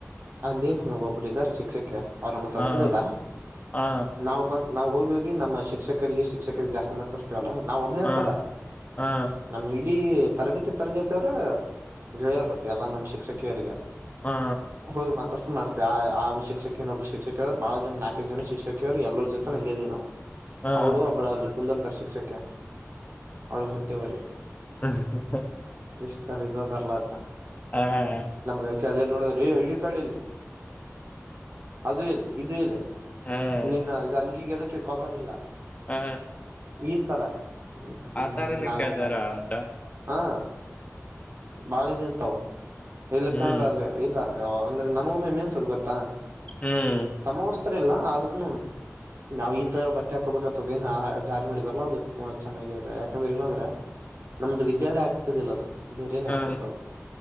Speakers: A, on the right; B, on the left.
A: ಅಲ್ಲಿ ಹ ಒಬ್ರ ಇದ್ದಾರೆ ಶಿಕ್ಷಕಿ ಅವರ ನಮಗ್ ಕಲ್ಸುದಿಲ್ಲ
B: ಹಾ ಹಾ
A: ನಾವ ಬಂದ ನಾವ್ ಹೋಗೋಗಿ ನಮ್ಮ ಶಿಕ್ಷಕರಿಗೆ ಶಿಕ್ಷಕರಿಗೆ ಜಾಸ್ತಿ ಮಾತ್ ಆಡಸ್ತೇವ್ಲಾ ನಾ ಒಬ್ಬನೇ
B: ಹಾ
A: ಅಂತ್ ಅಲ್ಲಾ.
B: ಹಾ
A: ನಮ್ ಇಡೀ ತರಗತಿ ತರಗತಿಯವ್ರ ಗೆಳೆಯರು ಎಲ್ಲಾ ನಮ್ಮ್ ಶಿಕ್ಷಕಿಯರಿಗೆ.
B: ಹಾ
A: ಹೋಗಿ ಮಾತಾಡ್ಸ ಮಾಡ್ತಿ ಆ ಆ ಶಿಕ್ಷಕಿನೋಬ ಶಿಕ್ಷಕಿ ಬಾಳ ಜನ ನಾಲ್ಕ ಐದ ಜನ ಶಿಕ್ಷಕಿಯರು ಎಲ್ಲೋರ ಜೊತೆನೂ ಹಂಗ್ ಇದೀವಿ ನಾವ್.
B: ಹಾ
A: ಅವಳು ಒಬ್ಬಳಲ್ಲಿ ಕುಂದರ್ತಾಳ್ ಶಿಕ್ಷಕಿ ಅವಳೀಗ ಹೊಟ್ಟೆ ಉರೆ
B: ಹ್ಮ್
A: ಎಷ್ಟರ ಇದು ಅದಾರ್ಲಾ ಅಂತ್.
B: ಹಾ
A: ನಮ್ಗ ಅದ್ಕೆ ಅಲ್ಲೆ ನೋಡದ್ರ ಏ ಐಡಿ ಕಾರ್ಡ್ ಎಲ್ಲಿ ಅದು ಎಲ್ಲಿ ಇದು ಎಲ್ಲಿ
B: ಹಾ
A: ನಿನ್ನ ಇದ ಅಂಗೀಗ ಎದಕ್ಕ ಕಾಲರ್ ಇಲ್ಲ?
B: ಹಾ
A: ಈತರ ಹಂ
B: ಆತರನು ಕೇಳ್ತಾರ
A: <unintelligible>
B: ಆತ
A: ಹಾ ಬಾಳಿದೇ ಅಂತವು ಇಲ್ಕಂದ್ರ
B: ಹ್ಮ್
A: ಅಲ್ಲಿ ಇಲ್ಲ. ಅಂದ್ರೆ ನನಗೊಮ್ಮೆ ಏನ್ ಅನ್ಸೋದ್ ಗೊತ್ತಾ?
B: ಹ್ಮ್
A: ಸಮವಸ್ತ್ರ ಇಲ್ಲ ಆದ್ರೂನು ನಾವ ಈ ತರ ಬಟ್ಟೆ ಹಾಕೋಬೇಕತ್ತ ಅದೇನ್ ಜಾರಿ ಮಾಡಿದಾರಲ್ಲ ಅದು ಚೆನ್ನಾಗಿದೆ ಯಾಕಂದ್ರೆ ಇಲ್ಲಾಂದ್ರೆ ನಮ್ದು ವಿದ್ಯಾಲಯ ಆಗ್ತಿದಿಲ್ಲ ಅದು ಬೇರೆನ
B: ಹಾ
A: ಆಗ್ತಿತ್ತ ಅದು